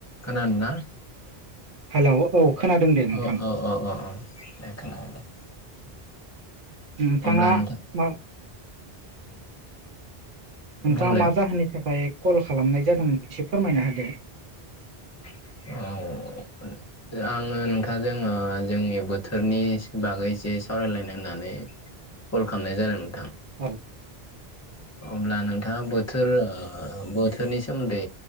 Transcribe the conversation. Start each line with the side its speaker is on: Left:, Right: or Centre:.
Left: खोनादों ना
Right: हेलौ औ खोनादों दे नोंथां
Left: औ औ औ औ औ दे खोनाबाय दे
Right: नोंथाङा
Left: अब्ला नोंथां
Right: मा नोंथाङा
Left: बुंलाय
Right: मा जाहोननि थाखाय कल खालामनाय जादों एसे फोरमायना होदो
Left: <unintelligible> आङो नोंथांजों ओ जोंनि बोथोरनि बागै एसे सावरायलायनो होननानै कल खालामनाय जादों नोंथां।
Right: अ।
Left: अब्ला नोंथाङा बोथोर ओ बोथोरनि सोमोन्दै